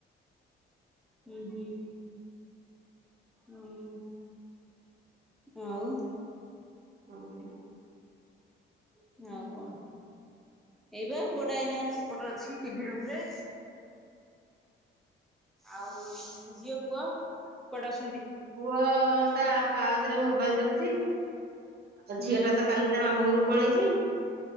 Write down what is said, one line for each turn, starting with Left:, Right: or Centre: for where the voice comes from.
Centre: ଉଁ ହୁଁ। ହୁଁ ଆଉ।
Right: ଆଉ ନା।
Centre: ଉଁ ହୁଁ ଆଉ କ'ଣ। ଏଇ ବା ପୁଅଟା ଏଇନା ସେପଟରେ ଅଛି ଟିଭି ରୁମରେ। ଆଉ ଝିଅ, ପୁଅ କୁଆଡେ ଅଛନ୍ତି।
Right: ପୁଅ ତା ବାପା କତିରେ ମୋବାଇଲି ଦେଖୁଛି ଆଉ
Centre: ହୁଁ
Right: ଝିଅ ଟା ତ କାଲି। ତା ମାମୁଁ ଘରୁକୁ ପଳେଇଛି।